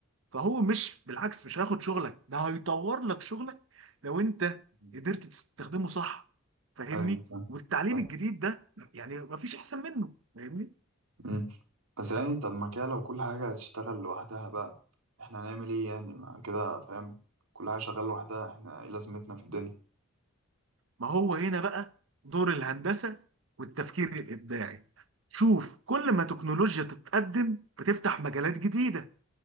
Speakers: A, on the right; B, on the right.
A: فهو مش بالعكس مش هياخد شغلك ده هيطور لك شغلك لو انت
B: مم.
A: قدرت تستخدمه صح فاهمني
B: ايوه فاهم
A: والتعليم
B: فاهم.
A: الجديد ده يعني مفيش احسن منه فاهمني
B: مم. بس يعني طب ما كده لو كل حاجة هتشتغل لوحدها بقى احنا هنعمل ايه يعني ما كده فاهم كل حاجة شغالة لوحدها احنا ايه لازمتنا في الدنيا
A: ما هو هنا بقى دور الهندسة والتفكير الابداعي شوف كل ما تكنولوجيا تتقدم بتفتح مجالات جديدة